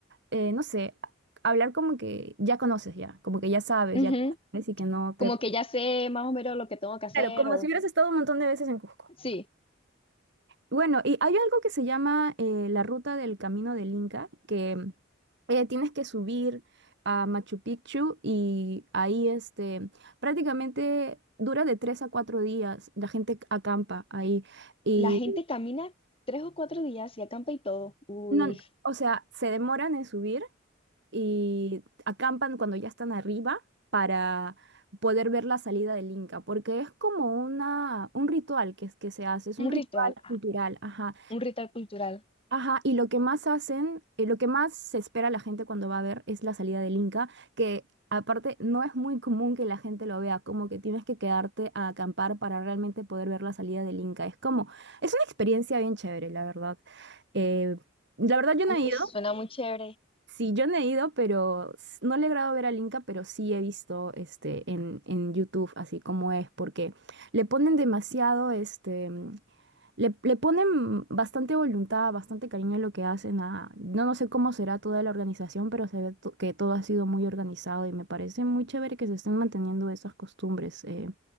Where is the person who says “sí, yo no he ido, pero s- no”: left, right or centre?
Right